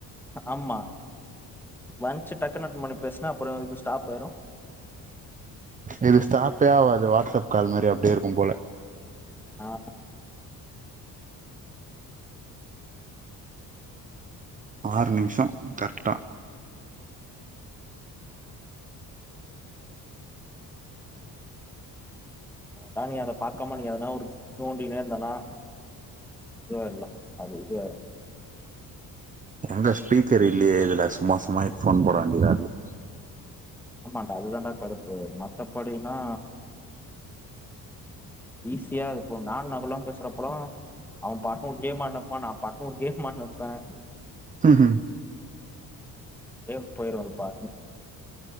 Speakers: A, in the centre; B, on the right.
A: ஆம்மா வந்ச்சு டக்கு அட்டுன் பண்ணி பேஸ்ன அப்புற இது ஸ்டாப் ஆயிரு
B: இது ஸ்டாப்பே ஆவாது வாட்ஸ்அப் கால் மாரி அப்டே இருக்கும்போல
A: ஆமா
B: ஆறு நிம்ஷோ கர்ட்டா
A: அதா நீ அத பாக்காம நீ அதனா ஒரு தோண்டினே இருந்தனா இதுமேர் இல்ல அது இது வேற
B: என்ட்ட ஸ்பீக்கர் இல்லியே இதுல சும்மா சும்மா எட்ஃபோன் போட வேண்டிதா இருக்கு
A: ஆமான்டா அதுதான்டா கடுப்பு மத்தபடினா ஈஸியா இருக்கு நானு நகுல்லா பேசுறப்பலா அவன் பாட்னு ஒரு கேம் ஆட்னுப்பான் நா பாட்னு ஒரு கேம் ஆன்னுப்ப
B: ம்
A: ஆப்டே போயிரு அது பாட்டு